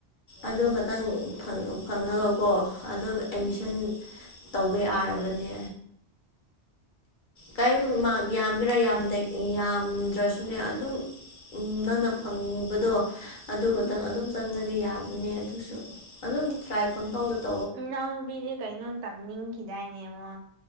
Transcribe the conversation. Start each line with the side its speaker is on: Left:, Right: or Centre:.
Left: ꯑꯗꯨ ꯈꯛꯇꯪ ꯐꯪꯉꯅꯕꯀꯣ ꯑꯗꯣ ꯑꯦꯠꯃꯤꯁꯟ
Right: ꯎꯝ
Left: ꯇꯧꯕ ꯌꯥꯔꯕꯅꯦ ꯀꯩꯝ ꯃꯥꯔꯛ ꯌꯥꯝꯒꯦꯔꯥ ꯌꯥꯝꯗꯩ ꯌꯥꯝꯗ꯭ꯔꯁꯨꯅꯦ ꯑꯗꯨꯝ ꯎꯝ ꯅꯪꯅ ꯐꯪꯕꯗꯣ ꯑꯗꯨ
Right: ꯎꯝ
Left: ꯈꯇꯪ ꯑꯗꯨꯝ ꯆꯪꯉꯗꯤ ꯌꯥꯕꯅꯦ ꯑꯗꯨꯁꯨ ꯑꯗꯨꯝ ꯇ꯭ꯔꯥꯏ ꯄꯪꯇꯧꯗ ꯇꯧ
Right: ꯏꯅꯥꯎꯅꯨꯄꯤꯗꯤ ꯀꯩꯅꯣꯝ ꯇꯝꯅꯤꯡꯈꯤꯗꯥꯏꯅꯦ ꯃꯥ